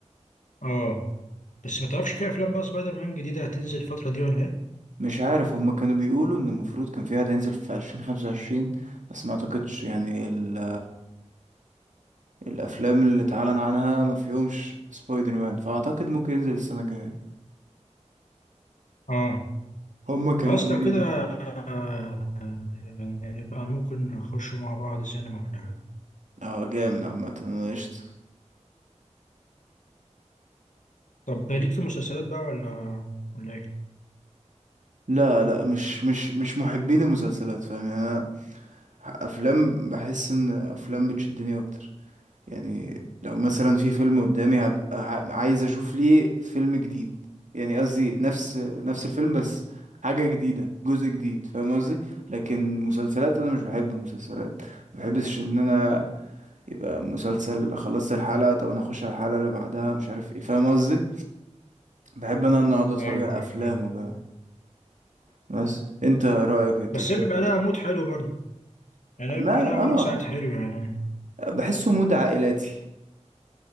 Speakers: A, on the left (about 85°); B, on the right (about 80°).
A: اه بس ما تعرفش في افلام بقى سبايدر مان جديدة هتنزل الفترة دي ولا ايه
B: مش عارف هما كانوا بيقولوا ان المفروض كان في واحد هينزل في عشرين خمسة وعشرين بس ما اعتقدش يعني ال الافلام اللي اتعلن عنها ما فيهمش سبايدر مان فاعتقد ممكن ينزل السنه الجايه
A: اه
B: هما كانوا
A: خلاص
B: قايلين
A: لو كده آه، يعني يبقى ممكن نخشوا مع بعض سينما ولا حاجة
B: اه جامد عامه انا قشطه
A: طب ليك في المسلسلات بقى ولا ولا ايه
B: لا لا مش مش مش محبين المسلسلات فاهم يعني انا افلام بحس ان افلام بتشدني اكتر يعني لو مثلا في فيلم قدامي هبقى ع- عايز اشوف ليه فيلم جديد يعني قصدي نفس نفس الفيلم بس حاجة جديدة جزء جديد فاهم قصدي لكن مسلسلات انا مش بحب المسلسلات ما بحبش ان انا يبقى مسلسل خلصت الحلقة طب انا هخش على الحلقة اللي بعدها مش عارف ايه فاهم قصدي بحب انا ان اقعد اتفرج
A: ايوه
B: على
A: ايوه
B: افلام
A: فاهم
B: وكده بس انت رأيك إيه؟ انت
A: بس
B: بتحب
A: هي بيبقى لها مود حلو برضه يعني هي
B: ما
A: بيبقى لها مود
B: اه
A: ساعات حلو يعني
B: بحسه مود عائلاتي